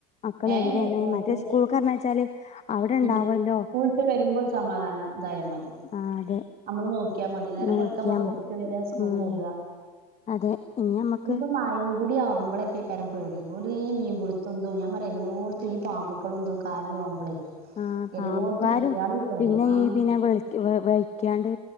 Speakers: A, on the left; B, on the right.
A: മക്കൾ
B: ഏഹ്
A: എവിടെയാണ്
B: പോക്ക്ലേ
A: മറ്റേ സ്കൂൾ കാരണച്ചാല് അവിടെ
B: പിന്നെ
A: ഉണ്ടാവല്ലോ
B: സ്കൂളിട്ട് വെരുമ്പോരു സമാധാനാ ഇതായ മതി
A: ആഹ് അതെ
B: നമ്മള് നോക്കിയാ മതി നേരം
A: നോക്കിയാ
B: വെളുക്കാ മദ്രസ്സ
A: മതി
B: വിട്ട് വരാ സ്കൂൾ
A: ഉം
B: പോകാ
A: അതെ ഇനി നമ്മക്ക്
B: ഇനിപ്പൊ മഴയും കൂടി ആകുമ്പോളക്കെ <unintelligible> പേടി ഓലീ മീൻ പിടുത്തോ ഇതും ഞാൻ പറയാ എല്ലോടത്തും ഈ പാമ്പക്കളും ഇത് <unintelligible> ആവുമ്പളേ
A: ആഹ്
B: എല്ലോടത്തും
A: പാമ്പുകാരും
B: കുട്ടികള് ഈ പെടാ
A: പിന്നെ
B: ആഹ്
A: ഈ പിന്നെ വിളി ക്ക് വ വയിക്കാണ്ട്